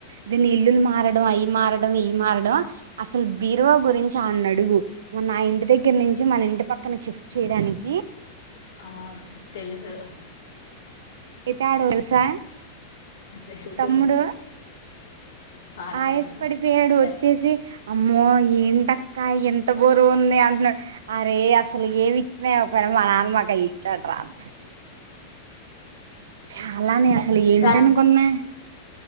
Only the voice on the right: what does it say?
దీన్ని ఇల్లులు మారడం అయి మారడం ఇయ్యి మారడం అసలు బీరువా గురించి ఆయన్ని అడుగు మొన్న ఆ ఇంటి దగ్గర నుంచి మన ఇంటి పక్కన షిఫ్ట్ చేయడానికి
అయితాడు తెలుసా
తమ్ముడు
ఆయాస పడిపోయాడు
వచ్చేసి అమ్మో ఏంట క్క ఎంత బరువు ఉంది అంటున్నాడు అరే అసలు ఏమి ఇచ్చినా ఇవ్వకపోయినా మా నాన్న మాకయ్యి ఇచ్చాడు రా <inaudible> చాలానే అసలు ఏంటను
కొన్నా